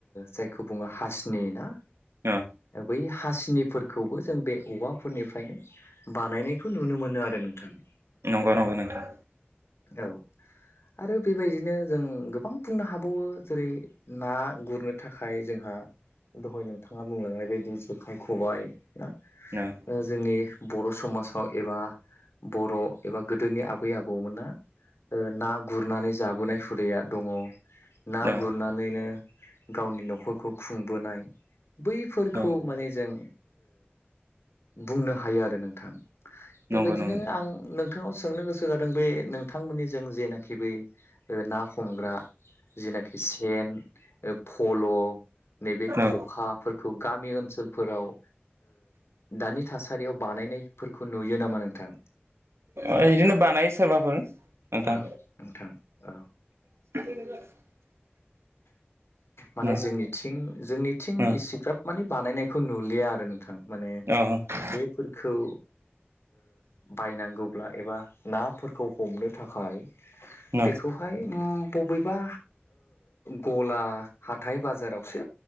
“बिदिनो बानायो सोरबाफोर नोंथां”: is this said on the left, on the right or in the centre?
Right